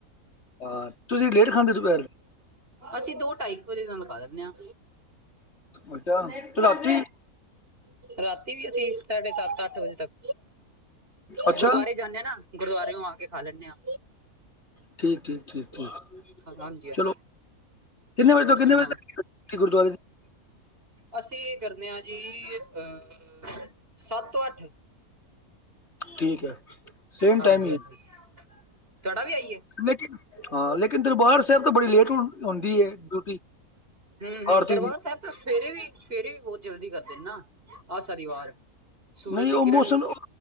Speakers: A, on the left (about 50°); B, on the right (about 40°).
A: ਹਹ ਤੁਸੀਂ ਲੇਟ ਖਾਂਦੇ ਦੁਪਹਿਰ।
B: ਅਸੀਂ, ਦੋ ਢਾਈ ਕ ਵਜੇ ਨਾਲ ਖਾ ਲੈਨੇ ਹਾਂ।
A: ਅੱਛਾ, ਤੇ ਰਾਤੀ।
B: ਰਾਤੀ ਵੀ ਅਸੀਂ, ਸਾਢੇ ਸੱਤ ਅੱਠ ਵਜੇ ਤੱਕ,
A: ਅੱਛਾ
B: ਗੁਰਦੁਆਰੇ ਜਾਂਦੇ ਹਾਂ ਨਾ। ਗੁਰਦੁਆਰੇਓ ਆ ਕੇ ਖਾ ਲੈਂਦੇ ਹਾਂ।
A: ਠੀਕ, ਠੀਕ, ਠੀਕ, ਠੀਕ
B: ਹਾਂਜੀ ਹਾਂਜੀ
A: ਚਲੋ। ਕਿੰਨੇ ਵਜੇ
B: ਹੋਰ
A: ਤੋਂ ਕਿੰਨੇ
B: ਸੁਣਾਓ।
A: ਵਜੇ ਤੱਕ ਗੁਰਦੁਆਰੇ ਦੀ
B: ਅਸੀਂ ਕਰਨੇ ਹਾਂ ਜੀ, ਅਹ ਸੱਤ ਤੋਂ ਅੱਠ।
A: ਠੀਕ ਹੈ ਸੇਮ
B: ਹਾਂਜੀ,
A: ਟਾਈਮ ਹੀ
B: ਹਾਂਜੀ ਤੁਅਡਾ ਵੀ ਆਈਏ?
A: ਲੇਕਿਨ ਹਾਂ, ਲੇਕਿਨ ਦਰਬਾਰ ਸਾਹਿਬ ਤਾਂ ਬੜੀ ਲੇਟ ਆਉਂਦੀ ਹੈ ਡਿਊਟੀ।
B: ਹੁ, ਹੁ
A: ਆਰਤੀ
B: ਦਰਬਾਰ
A: ਦੀ
B: ਸਾਹਿਬ ਤਾਂ ਸਵੇਰੇ ਵੀ ਸਵੇਰੇ ਵੀ ਬਹੁਤ ਜਲਦੀ ਕਰਦੇ ਨੇ ਨਾ। ਆਹ ਸਨੀਵਾਰ, ਸੂਰਜ
A: ਨਹੀਂ
B: ਦੀ
A: ਉਹ
B: ਕਿਰਨ
A: ਮੌਸਮ